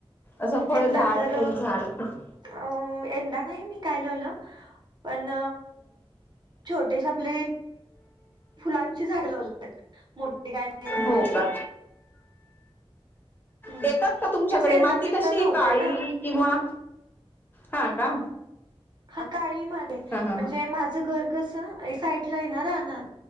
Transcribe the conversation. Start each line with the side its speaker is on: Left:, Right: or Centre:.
Left: असं फळ
Right: यंदा
Left: झााड
Right: तर
Left: फुलझाड <unintelligible>
Right: अ यंदा नाही मी काय लावलं <unintelligible> पण छोटेसा प्ले <unintelligible> फुलांची झाग लावले आहेत मोठी गाय नाही लावलेली
Left: हो का
Right: हम्म.
Left: येतात का तुमच्याकडे
Right: कसं यंदा
Left: माती
Right: मी
Left: कशी
Right: इथं नव्हते
Left: काळी
Right: ना
Left: <unintelligible> हवा हा का
Right: हा काळीमध्ये
Left: हा हा
Right: म्हणजे
Left: हा
Right: माझं घर कसं <unintelligible> साईड ला येणार राहणार